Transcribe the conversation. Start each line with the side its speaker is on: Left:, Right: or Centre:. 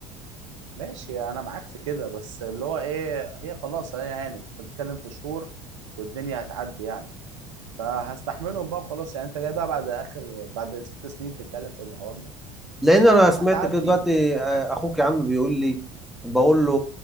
Right: ماشي انا معاك في كده بس اللي هو ايه هي خلاص هي هانت انت بتتكلم في شهور والدنيا هتعدي يعني فهستحملهم بقى وخلاص يعني انت جاي بقى بعد اخر بعد ست سنين تتكلم في المحور ده
Centre: لان انا سمعت
Right: هتعدي
Centre: كده دلوقتي آه، اخوك يا عم بيقول لي بقول له